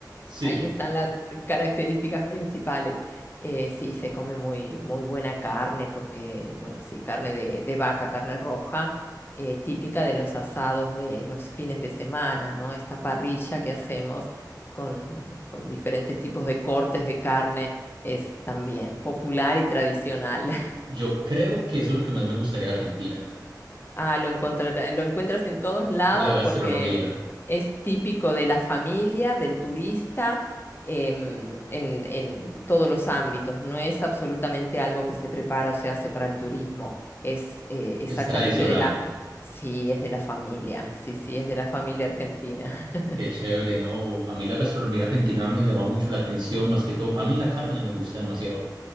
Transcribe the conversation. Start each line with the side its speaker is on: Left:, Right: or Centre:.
Right: Sí,
Left: Ahí están las características principales. Eh, sí, se come muy, muy buena carne porque, bueno, sí, carne de, de vaca, carne roja, eh, típica de los asados de los fines de semana, ¿no? Esta parrilla que hacemos con, con diferentes tipos de cortes de carne es también popular y tradicional.
Right: yo creo que eso es lo que más me gustaría de Argentina.
Left: Ah, lo encontrar- lo encuentras en todos lados
Right: La gastronomía
Left: porque es típico de la familia, del turista, em, en, en todos los ámbitos. No es absolutamente algo que se prepara o se hace para el turismo. Es eh, exactamente
Right: es tradicional.
Left: de la... Sí, es de la familia. Sí, sí, es de la familia argentina. <laughs>
Right: Qué chévere, ¿no? A mí la gastronomía argentina me llama mucho la atención, más que todo. A mí la carne me gusta demasiado.